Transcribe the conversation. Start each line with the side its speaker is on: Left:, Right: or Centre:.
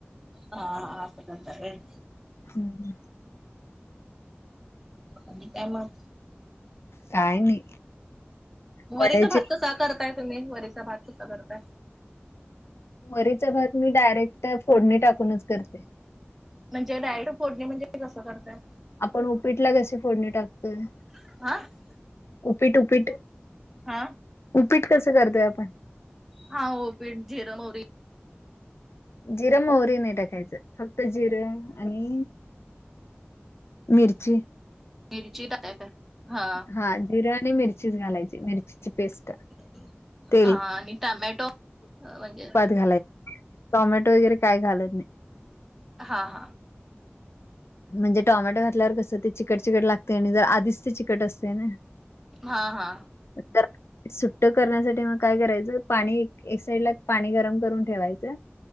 Centre: हा असं करता होय
Left: हम् ह <unintelligible>
Centre: आणि त्या मग
Left: काय नाही वड्याची
Centre: वरीचा भात <unintelligible> कसा करताय तुम्ही वरीचा भात कसा करताय
Left: वरीचा भात मी डायरेक्ट फोडणी टाकूनच करते
Centre: म्हणजे, डायरेक्ट फोडणी म्हणजे, ते कसं करताय?
Left: आपण उपीटला कशी? फोडणी टाकतोय.
Centre: <unintelligible>
Left: उपीट, उपीट.
Centre: हा.
Left: उपीट कसं करताय आपण?
Centre: हा, उपीट जिरं, महूरी
Left: जिरं -महूरी नाही टाकायचं. फक्त जिरं आणि मिरची.
Centre: मिरची <unintelligible> काय. हा.
Left: हा, जिरं आणि मिरचीच घालायची. मिरचीची पेस्ट
Centre: <inaudible>
Left: तेल
Centre: हा आणि टोमॅटो, म्हणजे
Left: घालाय. टोमॅटो वगैरे काय घालत नाही.
Centre: हां हां.
Left: म्हणजे टोमॅटो घातल्यावर, कसं ते चिकट- चिकट लागतंय आणि जर आधीच ते चिकट असते ना.
Centre: हा, हा.
Left: तर सुट्ट करण्यासाठी मग काय करायचं. पाणी, एक साइड ला पाणी गरम करून ठेवायचं.